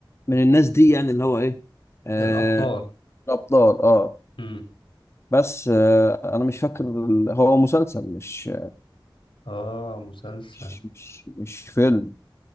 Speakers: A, on the left; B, on the left.
A: من الناس دي يعني اللي هو ايه آه
B: الابطال
A: الابطال اه
B: امم
A: بس آه انا مش فاكر ال- هو مسلسل مش
B: اه مسلسل
A: مش مش, مش فيلم